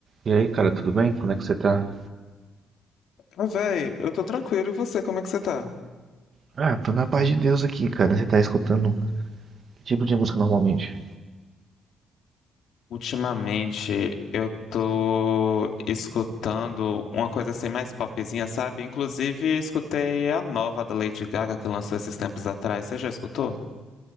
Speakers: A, on the right (about 50°); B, on the left (about 70°).
A: E aí, cara, tudo bem? Como é que você tá?
B: Mas, véi, eu tô tranquilo. E você, como é que você tá?
A: Ah, tô na paz de Deus aqui, cara. Você tá escutando que tipo de música normalmente?
B: Ultimamente eu tô escutando uma coisa assim mais popzinha, sabe? Inclusive escutei a nova da Lady Gaga que lançou esses tempos atrás. Você já escutou?